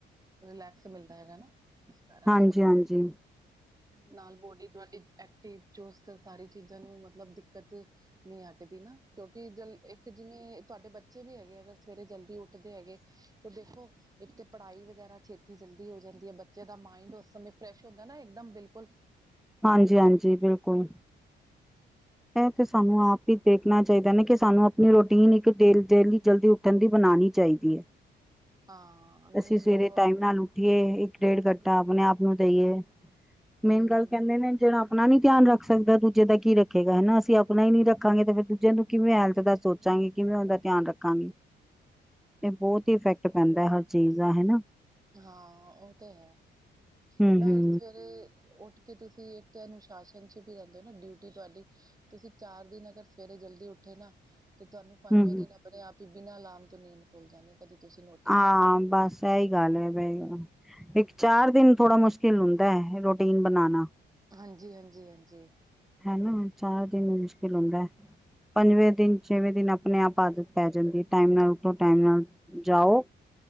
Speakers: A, on the right; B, in the centre.
A: ਰਿਲੈਕਸ ਮਿਲਦਾ ਹੈਗਾ ਨਾ ਇਸ ਕਾਰਨ
B: ਹਾਂਜੀ-ਹਾਂਜੀ।
A: ਨਾਲ ਬੋਡੀ ਤੁਹਾਡੀ ਐਕਟਿਵ, ਚੁਸਤ ਸਾਰੀ ਚੀਜ਼ਾਂ ਨੂੰ ਮਤਲਬ ਦਿੱਕਤ ਨੀ ਹਟਦੀ ਨਾ ਕਿਉਂਕਿ ਜਲ ਇੱਕ ਜਿਵੇਂ ਤੁਹਾਡੇ ਬੱਚੇ ਵੀ ਹੈਗੇ ਅਗਰ ਸਵੇਰੇ ਜਲਦੀ ਉੱਠਦੇ ਹੈਗੇ ਤਾਂ ਦੇਖੋ, ਇੱਕ ਤੇ ਪੜਾਈ ਵਗੈਰਾ ਛੇਤੀ ਜਲਦੀ ਹੋ ਜਾਂਦੀ ਹੈ ਬੱਚਿਆਂ ਦਾ ਮਾਇੰਡ ਉਸ ਸਮੇਂ ਫਰੈਸ਼ ਹੁੰਦਾ ਨਾ ਇਕਦਮ ਬਿਲਕੁਲ,
B: ਹਾਂਜੀ-ਹਾਂਜੀ, ਬਿਲਕੁਲ। ਇਹ ਤੇ ਸਾਨੂੰ ਆਪ ਹੀ ਦੇਖਣਾ ਚਾਹੀਦਾ ਹੈ ਨਾ ਕਿ ਸਾਨੂੰ ਆਪਣੀ ਰੋਟੀਨ ਇੱਕ ਡੇ ਡੇਲੀ ਜਲਦੀ ਉੱਠਣ ਦੀ ਬਣਾਉਣੀ ਚਾਹੀਦੀ ਹੈ।
A: ਹਾਂ ਨਹੀਂ
B: ਅਸੀਂ ਸਵੇਰੇ
A: ਬਹੁਤ
B: ਟਾਈਮ ਨਾਲ ਉੱਠੀਏ ਇੱਕ ਡੇਢ ਘੰਟਾ ਆਪਣੇ ਆਪ ਨੂੰ ਦੇਈਏ,
A: ਹਮ
B: ਮੇਨ ਗੱਲ ਕਹਿੰਦੇ ਨੇ ਜਿਹੜਾ ਆਪਣਾ ਨੀ ਧਿਆਨ ਰੱਖ ਸਕਦਾ, ਦੂਜੇ ਦਾ ਕੀ ਰੱਖ ਰੱਖੇਗਾ ਹਨਾ ਅਸੀਂ ਆਪਣਾ ਹੀ ਨੀ ਰੱਖਾਂਗੇ ਤੇ ਫਿਰ ਦੂਜਿਆਂ ਨੂੰ ਕਿਵੇਂ ਹੈਲਥ ਦਾ ਸੋਚਾਂਗੇ ਕਿਵੇਂ ਉਹਦਾ ਧਿਆਨ ਰੱਖਾਂਗੇ।
A: <inaudible>
B: ਇਹ ਬਹੁਤ ਹੀ ਇਫੈਕਟ ਪੈਂਦਾ ਹਰ ਚੀਜ਼ ਦਾ ਹੈ ਨਾ।
A: ਹਾਂ, ਉਹ ਤੇ ਹੈ,
B: ਹੂੰ
A: ਨਾਲ
B: ਹੂੰ
A: ਸਵੇਰੇ ਉੱਠ ਕਿ ਤੁਸੀਂ ਇੱਕ ਤੇ ਅਨੁਸ਼ਾਸਨ ਚ ਵੀ ਰਹਿੰਦੇ ਹੋ ਨਾ ਡਿਊਟੀ ਤੁਹਾਡੀ, ਤੁਸੀਂ ਚਾਰ ਦਿਨ ਅਗਰ ਸਵੇਰੇ ਜਲਦੀ ਉੱਠੇ ਨਾ, ਤੇ ਤੁਹਾਨੂੰ ਪੰਜਵੇਂ
B: ਹੂੰ ਹੂੰ।
A: ਦਿਨ ਆਪਣੇ ਆਪ ਹੀ ਬਿਨਾਂ ਅਲਮ ਤੋਂ ਨੀਂਦ ਭੁੱਲ ਜਾਂਦੀ ਕਦੀ ਤੁਸੀਂ ਨੋਟਿਸ
B: ਹਾਂ
A: ਕਰਨਾ
B: ਬਸ ਇਹੀ ਗੱਲ ਹੈ ਵੇ, ਇੱਕ ਚਾਰ ਦਿਨ ਥੋੜਾ ਮੁਸ਼ਕਿਲ ਕਿਲ ਹੁੰਦਾ ਹੈ ਰੋਟੀਨ ਬਣਾਉਣਾ,
A: ਹਾਂਜੀ, ਹਾਂਜੀ, ਹਾਂਜੀ।
B: ਹਨਾ ਚਾਰ ਦਿਨ ਮੁਸ਼ਕਿਲ ਹੁੰਦਾ, ਪੰਜਵੇਂ ਦਿਨ ਛੇਵੇਂ ਦਿਨ ਆਪਣੇ ਆਪ ਆਦਤ ਪੈ ਜਾਂਦੀ ਹੈ ਟਾਈਮ ਨਾਲ ਉੱਠੋ ਟਾਈਮ ਨਾਲ, ਜਾਓ,